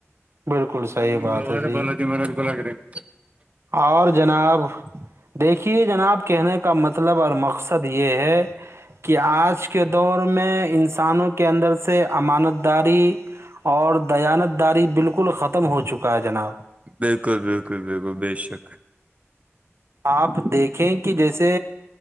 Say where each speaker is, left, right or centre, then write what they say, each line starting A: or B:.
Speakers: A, on the right; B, on the right.
A: بالکل صحیح
B: <unintelligible>
A: بات ہے جی اور جناب دیکھیے جناب کہنے کا مطلب اور مقصد یہ ہے کہ آج کے دور میں انسانوں کے اندر سے امانت داری اور دیانت داری بالکل ختم ہو چکا ہے جناب
B: بالکل بالکل بالکل بے شک
A: آپ دیکھیں کہ جیسے